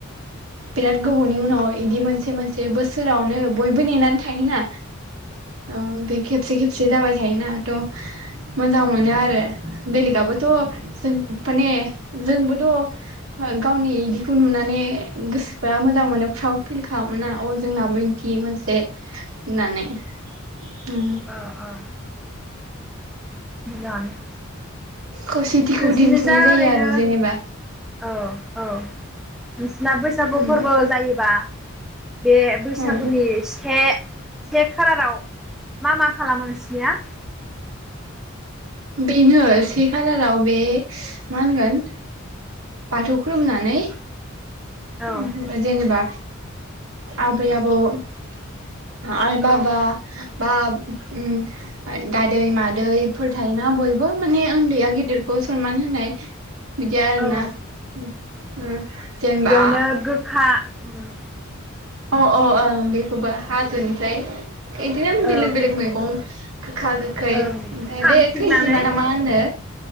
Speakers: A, on the right; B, in the centre.
A: बिराद गोबावनि उनाव इदि मोनसे-मोनसे बोसोरावनो बयबो नेनानै थायोना औ बे खेबसे-खेबसे जाबाय थायोना थ' मोजां मोनो आरो बेलेगआबोथ' जों फाने जोंबोथ' गावनि इदिखौ नुनानै गोसोफ्रा मोजां मोनो, प्राउद फिल खालामोना अ जोंनाबो बिदि मोनसे होननानै उम
B: ओं ओं मोजाङानो
A: खौसेथिखौ
B: नोंसोरनि
A: दिन्थिनाय
B: जा
A: जायो
B: ओरैनो
A: आरो जेनेबा
B: औ औ नोंसिना बैसागु
A: उम
B: फोरबो जायोबा बे बैसागुनि
A: उम
B: से, से खालाराव मा-मा खालामो नोंसिनिया?
A: बेनो से खालाराव बे मा होनगोन बाथौ खलुमनानै <inaudible>
B: औ
A: जेनेबा आबै-आबौ बा आइ-बाबा
B: औ ओं
A: बा उम आ दादै-मादैफोर थायोना बयबो माने उन्दैया गिदिरखौ बखौ सनमान होनाय बिदि आरोना
B: औ
A: उम उम जेनबा
B: नो गोखा ओम
A: अ अ ओं बेखौबो हाजोनि फ्राय इदिनो
B: औ
A: बेलेग-बेलेग मैगं गोखा गो खै
B: ओं
A: ओमफ्राय
B: खांथिंनानै
A: बे खैजिमाना मा होनो